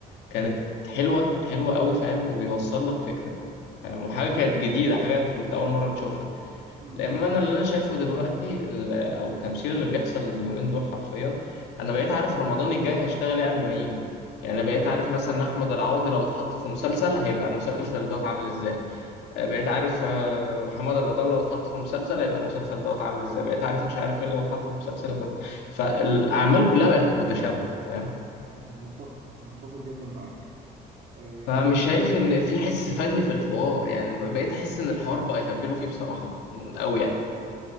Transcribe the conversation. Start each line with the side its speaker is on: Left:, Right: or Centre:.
Left: كانت حلوه حلوه قوي فاهم وبيوصل لك فكره فاهم وحاجه كانت جديده حاجه انت كنت اول مره تشوفها
Right: مم.
Left: لان انا اللي انا شايفه دلوقتي ال- او التمثيل اللي بيحصل اليومين دول حرفيا انا بقيت عارف رمضان الجاي هيشتغل ايه قبل ما يجي يعني انا بقيت عارف مثلا احمد العوضي لو اتحط في مسلسل هيبقى المسلسل دوت عامل ازاي آه، بقيت عارف آه، محمد رمضان لو اتحط في مسلسل هيبقى المسلسل دوت عامل ازاي بقيت عارف مش عارف مين لو اتحط في مسلسل هيبقى- فالاعمال كلها بقت متشابهه فاهم
Right: مم. متفق متفق جدا معاك آه
Left: فمش
Right: طب
Left: شايف ان في حس فني في الحوار يعني بقيت احس ان الحوار بقى يهبلوا فيه بصراحه قوي يعني